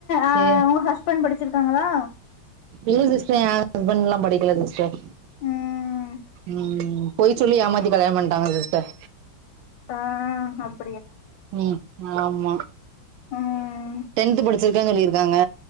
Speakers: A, on the left; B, on the right.
A: அ
B: சேரி
A: உங்க ஹஸ்பண்ட் படிச்சிருக்காங்ளா
B: இல்ல சிஸ்டர் ஏன் ஹஸ்பண்ட்ல்லா படிக்கல சிஸ்டர்
A: ம்
B: ம் பொய் சொல்லி ஏமாத்தி கல்யாணோ பண்ணிட்டாங்க சிஸ்டர்
A: ஆ அப்
B: ம் ஆமா
A: ம்
B: டென்த் படிச்சிருக்கன் சொல்லிருக்காங்க